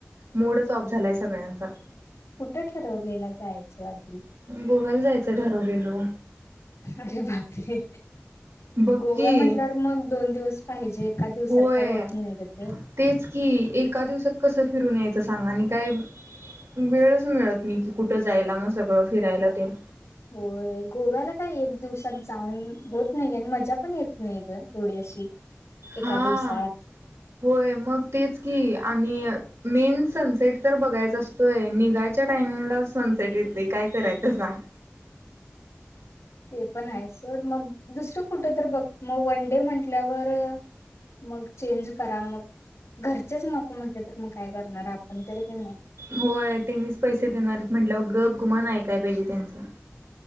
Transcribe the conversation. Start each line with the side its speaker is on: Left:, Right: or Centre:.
Right: मूडच ऑफ झालाय सगळ्यांचा
Left: कुठं ठरवलेला जायचं वागली
Right: गोव्याला जायचं ठरवलेलो.
Left: अरे बापरे
Right: बघ
Left: गोवा
Right: की
Left: म्हटल्यावर मग दोन दिवस पाहिजे. एका दिवसात
Right: होय
Left: काय होत नाही ग ते
Right: तेच की एका दिवसात कसं फिरून यायचं सांगा आणि काय वेळच मिळत नाही की कुठं जायला मग सगळं फिरायला तेन,
Left: हो गोव्याला काय एक दिवसात जाऊन होत नाही ग आणि मजा पण येत नाही ग एवढी अशी एका
Right: हा
Left: दिवसात
Right: होय मग तेच की आणि मेन सनसेट तर बघायचा असतोय निघायच्या टायमिंगला सनसेट येते काय करायचं रसाान
Left: ते पण आहे सोड मग दुसरं कुठं तर बघ मग वन डे म्हटल्यावर मग चेंज करा मग घरचेच नको म्हटले तर मग काय करणार आपण तरी क नाही
Right: होय तेनीच पैसे देणार आहेत म्हटलं गप गुमान पाहिजे त्यांचं.